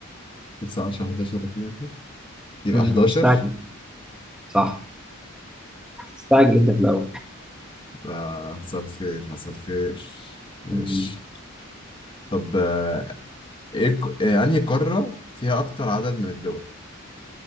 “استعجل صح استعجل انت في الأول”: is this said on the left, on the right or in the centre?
Centre